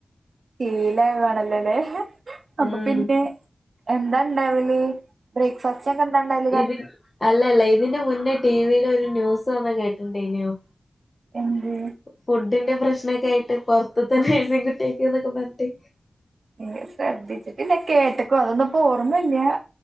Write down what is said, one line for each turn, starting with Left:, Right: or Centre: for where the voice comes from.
Right: ശീലാകുവാണല്ലോല്ലേ അപ്പൊ
Left: ഉം
Right: പിന്നെ. എന്താണ്ടാവല് ബ്രേക്ക്ഫാസ്റ്റ്. ഉച്ചകെന്താ ഇണ്ടാൽ
Left: ഇതി അല്ലല്ല ഇതിന്റെ മുന്നേ ടിവിൽ ഒരു ന്യൂസ് വന്ന കെട്ടിണ്ടായിനിയൊ
Right: എന്ത്
Left: ഫുഡിന്റെ പ്രശ്നക്കെ ആയിട്ട് പുറത്തത്തെ നഴ്സിങകുട്ടിയൊക്കെന്നൊക്കെ പറഞ്ഞിട്ട്
Right: ഇല ശ്രദ്ധിച്ചിട്ടില്ല കേട്ടക്കൊ അതൊന്നപ്പോ ഓർമ്മല്ല